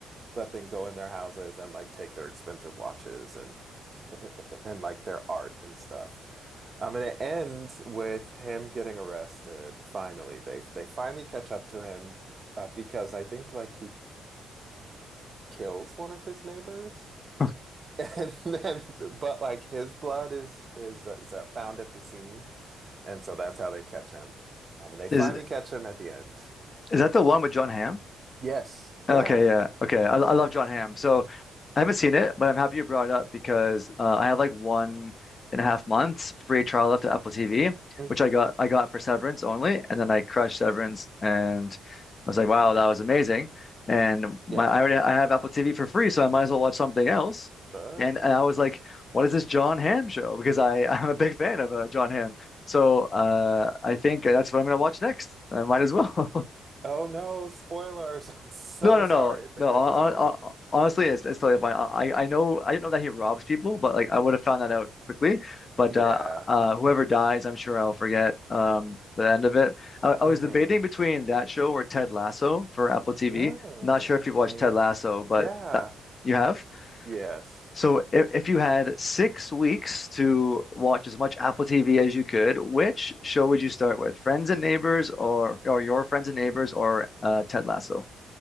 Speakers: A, on the right; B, on the left.
A: but then go in their houses and like take their expensive watches and and like their art and stuff. Um, and it ends with him getting arrested. Finally, they they finally catch up to him uh, because I think like he kills one of his neighbors, <laughs>
B: <laughs>
A: and then but like his blood is is uh, is uh, found at the scene, and so that's how they catch him. Um, and they finally
B: is
A: catch him at the end.
B: is that the one with John Hamm?
A: Yes, yeah,
B: Okay, yeah. Okay. I, I love John Hamm. So I haven't seen it, but I'm happy you brought it up because uh, I had like one and a half months free trial left at Apple TV,
A: Mhm.
B: which I got I got for Severance only, and then I crushed Severance and I was like, wow, that was amazing. And my
A: yeah,
B: I already I have Apple TV for free, so I might as well watch something else.
A: sure.
B: And, and I was like, what is this John Hamm show? <laughs> Because I I'm a big fan of uh, John Hamm. So uh, I think that's what I'm gonna watch next. I might as well. <laughs>
A: Oh no, spoilers. <laughs> I'm so
B: No, no,
A: sorry.
B: no,
A: I think
B: no.
A: I
B: hon-
A: just told
B: hon-
A: you.
B: hon- Honestly, it's, it's totally fine. I, I know I don't know that he robs people, but like I would have found that out quickly. But
A: Yeah.
B: uh, uh, whoever dies, I'm sure I'll forget um, the end of it. I, I
A: Mm-hmm.
B: was debating between that show or Ted Lasso for Apple TV.
A: Mm,
B: Not sure
A: Mm-hmm.
B: if you watched Ted Lasso, but
A: Yeah.
B: that, you have.
A: Yes.
B: So if, if you had six weeks to watch as much Apple TV as you could, which show would you start with? Friends and Neighbors, or or Your Friends and Neighbors, or uh, Ted Lasso?